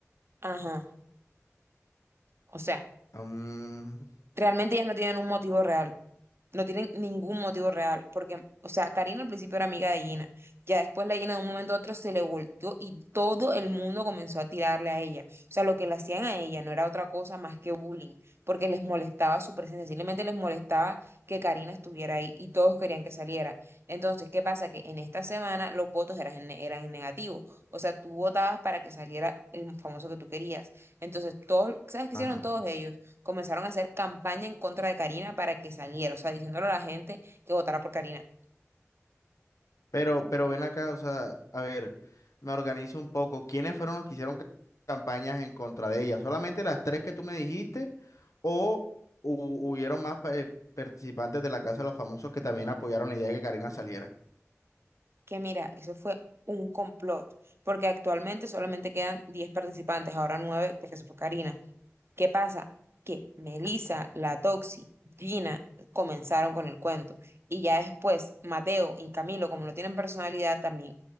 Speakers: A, on the right; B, on the left.
A: Ajá. O sea,
B: Mm,
A: Realmente ellas no tienen un motivo real, no tienen ningún motivo real, porque, o sea, Karina al principio era amiga de Gina, ya después la Gina de un momento a otro se le volteó y todo el mundo comenzó a tirarle a ella. O sea, lo que le hacían a ella no era otra cosa más que bullying, porque les molestaba su presencia, simplemente les molestaba que Karina estuviera ahí y todos querían que saliera. Entonces, ¿qué pasa? Que en esta semana los votos eran, en- eran en negativo, o sea, tú votabas para que saliera el famoso que tú querías. Entonces, todos, ¿sabes qué
B: ajá.
A: hicieron todos ellos? comenzaron a hacer campaña en contra de Karina para que saliera, o sea, diciéndole a la gente que votara por Karina.
B: Pero, pero ven acá, o sea, a ver, me organizo un poco. ¿Quiénes fueron los que hicieron ca- campañas en contra de ella? ¿Solamente las tres que tú me dijiste o hu- hubieron más pa- eh, participantes de la Casa de los Famosos que también apoyaron la idea de que Karina saliera?
A: Que mira, eso fue un complot, porque actualmente solamente quedan 10 participantes, ahora 9, porque se fue Karina. ¿Qué pasa? Que Melissa, la Toxi, Gina comenzaron con el cuento y ya después Mateo y Camilo, como no tienen personalidad, también